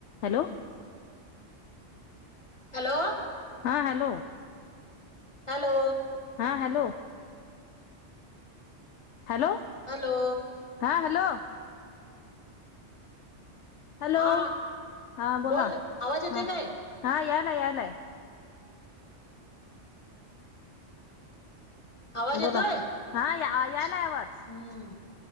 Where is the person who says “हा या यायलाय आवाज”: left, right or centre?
Left